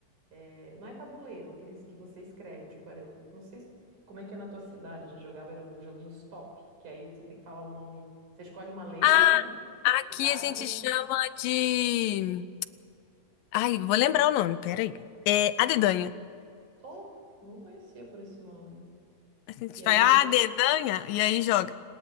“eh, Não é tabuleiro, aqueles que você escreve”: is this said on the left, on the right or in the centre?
Right